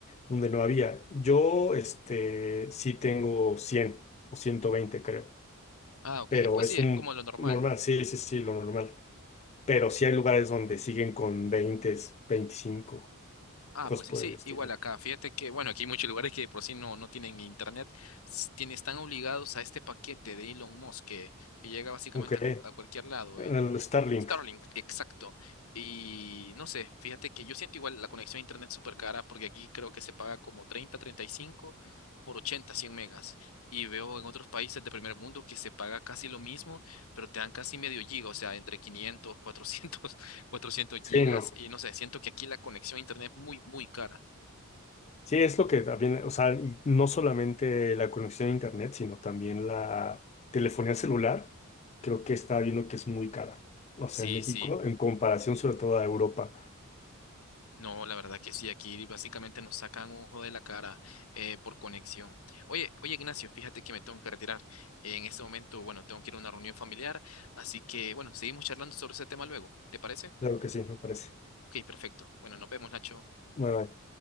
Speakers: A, on the left; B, on the left.
A: donde no había. Yo, este, sí tengo 100 o 120 creo,
B: Ah, ok,
A: pero
B: pues
A: es
B: sí,
A: un
B: es como lo normal.
A: normal, sí, sí, sí, lo normal. Pero sí hay lugares donde siguen con 20, 25
B: Ah,
A: cosas
B: pues
A: por
B: sí, sí,
A: el estilo.
B: igual acá. Fíjate que, bueno, aquí hay muchos lugares que por sí no, no tienen internet. S- tiene- están obligados a este paquete de Elon Musk que, que llega básicamente
A: Aunque,
B: a, cu- a cualquier lado,
A: el
B: el
A: Starlink,
B: Starlink, exacto. Y no sé, fíjate que yo siento igual la conexión a internet súper cara porque aquí creo que se paga como 30, 35 por 80, 100 megas. Y veo en otros países de primer mundo que se paga casi lo mismo, pero te dan casi medio giga, o sea, entre 500, 400 400
A: sí,
B: gigas
A: no.
B: y no sé, siento que aquí la conexión a internet es muy, muy cara.
A: Sí, es lo que también, o sea, y no solamente la conexión a internet, sino también la telefonía celular, creo que está viendo que es muy cara. O sea,
B: Sí,
A: en México,
B: sí,
A: en comparación sobre todo a Europa.
B: no, la verdad que sí, aquí básicamente nos sacan ojo de la cara eh, por conexión. Oye, oye Ignacio, fíjate que me tengo que retirar. En este momento, bueno, tengo que ir a una reunión familiar, así que bueno, seguimos charlando sobre ese tema luego, ¿te parece?
A: Claro que sí, me parece.
B: Ok, perfecto. Bueno, nos vemos, Nacho.
A: Bueno,